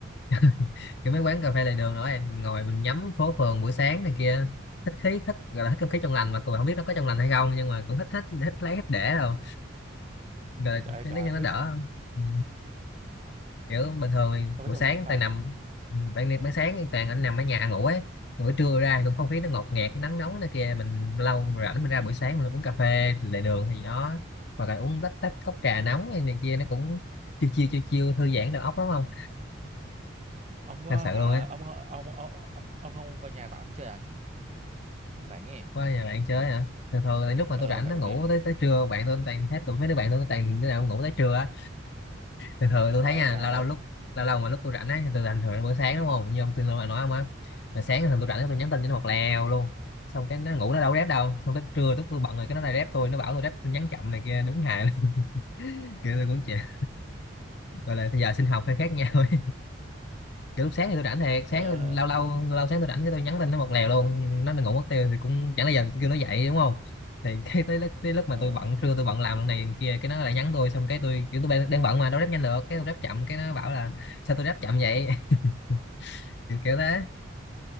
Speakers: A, on the left; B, on the right.
A: <laughs> kiểu mấy quán cà phê lề
B: <laughs>
A: đường nữa em mình ngồi mình nhắm phố phường buổi sáng này kia thích khí thích gọi là thích không khí trong lành mà còn không biết nó có trong lành hay không nhưng mà cũng thích thích thích lấy thích để rồi rồi
B: trời ơi
A: để
B: trời
A: nó cho nó
B: hết
A: đỡ ừ. kiểu bình thường thì
B: không
A: buổi
B: biết trong
A: sáng
B: này hay không
A: toàn nằm ừ, ban ban sáng thì toàn anh nằm ở nhà ngủ ấy Còn buổi trưa ra cũng không khí nó ngột ngạt nó nắng nóng này kia mình lâu rảnh mình ra buổi sáng mình uống cà phê lề đường gì đó hoặc là uống tách tách cốc trà nóng hay này kia nó cũng chiêu chiêu chiêu chiêu thư giãn đầu óc lắm không
B: ông có
A: thật sự
B: hả
A: luôn á
B: ông ông ông ông, ông không qua nhà bạn ông chơi à lúc rảnh nghe
A: qua nhà bạn chơi hả thường thường là lúc mà
B: ờ
A: tôi rảnh
B: tại
A: nó
B: vì
A: ngủ
B: mình
A: tới tới trưa bạn tôi toàn hết tụi mấy đứa bạn tôi nó toàn đứa nào cũng ngủ tới trưa á thường thường tôi
B: có
A: thấy nha
B: đâu trời
A: lâu lâu lúc lâu lâu mà lúc tôi rảnh á thì tôi rảnh thường là buổi sáng đúng không như ông tin nói ông á mà sáng thường tôi rảnh tôi nhắn tin cho nó một lèo luôn xong cái nó ngủ nó đâu có rep đâu xong tới trưa lúc tôi bận rồi cái nó lại rep tôi nó bảo tôi rep tin nhắn chậm này kia đúng hài luôn. <laughs> kiểu tôi cũng chả gọi là bây giờ sinh học hơi
B: <laughs>
A: khác nhau ấy. Cái lúc sáng thì tôi rảnh thiệt sáng
B: ờ
A: tôi, lâu lâu lâu sáng tôi rảnh cái tôi nhắn tin nó một lèo luôn nó ngủ mất tiêu thì cũng chẳng là giờ tôi kêu nó dậy đúng không thì <laughs> cái tới lúc, tới lúc mà
B: ờ
A: tôi bận trưa tôi bận làm lần này lần kia cái nó lại nhắn tôi xong cái tôi kiểu tôi đang đang bận mà đâu ráp nhanh được cái tôi ráp chậm cái nó bảo là sao tôi ráp chậm vậy <laughs> kiểu, kiểu thế